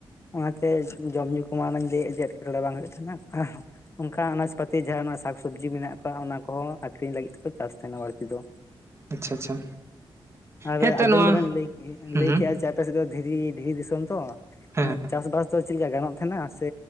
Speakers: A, on the left; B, on the right.
A: ᱚᱱᱟᱛᱮ ᱡᱚᱢᱧᱩ ᱠᱚᱢᱟ ᱚᱱᱟᱧ ᱞᱟᱹᱭᱮᱫ ᱡᱮ ᱮᱴᱠᱮᱴᱚᱬᱮ ᱵᱟᱝ ᱦᱩᱭᱩᱜ ᱛᱟᱦᱮᱱᱟ ᱦᱚᱸ ᱦᱚᱸ ᱚᱱᱠᱟ ᱟᱱᱟᱡᱽ ᱯᱟᱛᱤ ᱡᱟᱦᱟᱸᱱᱟᱸᱜ ᱥᱟᱠᱥᱚᱵᱽᱡᱤ ᱢᱮᱱᱟᱜ ᱠᱚᱣᱟ ᱚᱱᱟ ᱠᱚᱦᱚᱸ ᱟᱠᱷᱨᱤᱧ ᱞᱟᱹᱜᱤᱫ ᱛᱮᱠᱚ ᱪᱟᱥ ᱛᱟᱦᱮᱱᱟ ᱵᱟᱹᱲᱛᱤ ᱫᱚ᱾
B: ᱟᱪᱪᱷᱟ ᱟᱪᱪᱷᱟ
A: ᱟᱨ
B: ᱦᱮᱸ ᱛᱚ
A: ᱟᱵᱮᱱ
B: ᱱᱚᱣᱟ
A: ᱫᱚᱵᱮᱱ ᱞᱟᱹᱭ
B: ᱦᱩᱸ
A: ᱞᱟᱹᱭ
B: ᱦᱩᱸ
A: ᱠᱮᱫᱮᱜᱼᱟ ᱡᱮ ᱟᱯᱮ ᱥᱮᱫ ᱫᱚ ᱫᱷᱤᱨᱤ ᱫᱷᱤᱨᱤ ᱫᱤᱥᱚᱢ ᱛᱚ
B: ᱦᱮᱸ
A: ᱪᱟᱥᱵᱟᱥ ᱫᱚ ᱪᱮᱫ ᱞᱮᱠᱟ ᱜᱟᱱᱚᱜ ᱛᱟᱦᱮᱱᱟ ᱥᱮ